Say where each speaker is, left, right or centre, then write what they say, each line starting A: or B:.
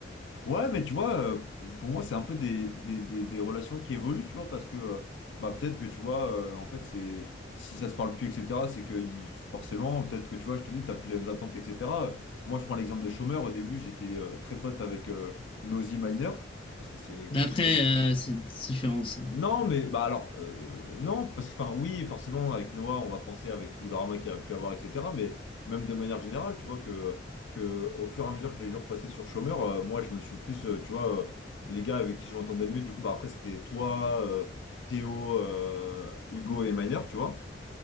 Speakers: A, on the left; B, on the left.
A: Ouais, mais tu vois, euh, pour moi, c'est un peu des, des, des, des relations qui évoluent, tu vois, parce que euh, bah, peut-être que tu vois, euh, en fait, c'est si ça se parle plus, etc., c'est que il- forcément, peut-être que tu vois, je te dis, t'as plus les mêmes attentes, etc. Moi, je prends l'exemple de Chômeur. Au début, j'étais euh, très pote avec euh, Nosy Minor, parce que c'est
B: D'après,
A: eux,
B: euh, c'est différent, ça.
A: non, mais bah alors euh, non, parce que enfin oui, forcément avec Noah, on va penser avec tous les dramas qu'il a pu avoir, etc. Mais même de manière générale, tu vois que que au fur et à mesure que les jours passaient sur Chômeur, euh, moi je me suis plus, euh, tu vois, euh, les gars avec qui je m'entendais le mieux, du coup bah après c'était toi, euh, Théo, euh, Hugo et Miner, tu vois.